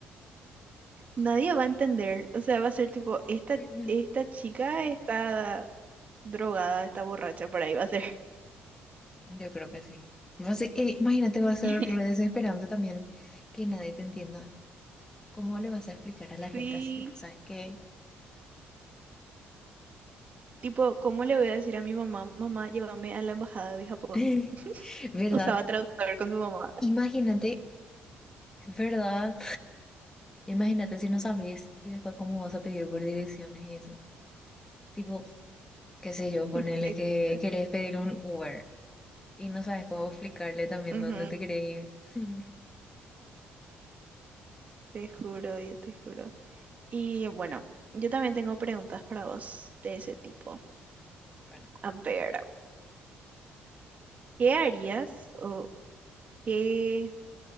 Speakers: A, on the right; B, on the left.
A: Nadie va a entender, o sea, va a ser tipo, esta,
B: <laughs> Ujú.
A: esta chica está drogada, está borracha, por ahí va a ser.
B: Yo creo que sí. Va a ser- eh, imagínate, va a ser
A: <laughs>
B: re desesperante también que nadie te entienda. ¿Cómo le vas a explicar a la
A: Sí,
B: gente así? Tipo, ¿sabes qué?
A: tipo, ¿cómo le voy a decir a mi mamá, mamá, llévame a la embajada de Japón?
B: <laughs>
A: <laughs>
B: ¿Verdad?
A: Usaba traductor con su mamá.
B: Imagínate, ¿verdad? Imagínate si no sabes y después cómo vas a pedir por direcciones y eso. Tipo, qué sé yo, ponele
A: <laughs>
B: que querés pedir un Uber y no sabes cómo explicarle también
A: Ujú.
B: dónde te querés ir. <laughs>
A: Te juro, yo te juro. Y bueno, yo también tengo preguntas para vos de ese tipo.
B: Bueno,
A: A ver, ¿qué harías o qué...